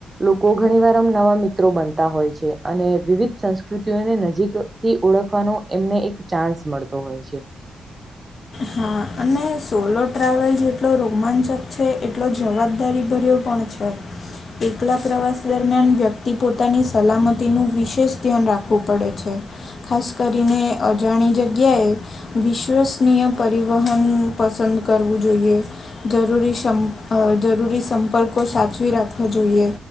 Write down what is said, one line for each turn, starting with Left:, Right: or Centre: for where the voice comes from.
Right: લોકો ઘણી વાર આમ નવા મિત્રો બનતા હોય છે અને વિવિધ સંસ્કૃતિઓને નજીક થી ઓળખવાનો એમને એક ચાન્સ મળતો હોય છે.
Left: હા અને સોલો ટ્રાવેલ જેટલો રોમાંચક છે એટલો જવાબદારી ભર્યો પણ છે. <unintelligible> એકલા પ્રવાસ દરમિયાન વ્યક્તિ પોતાની સલામતીનું વિશેષ ધ્યાન રાખવું પડે છે. ખાસ કરીને અજાણી જગ્યાએ વિશ્વસનીય વહન પસંદ કરવું જોઈએ જરૂરી સમ જરૂરી સંપર્કો સાચવી રાખવા જોઈએ.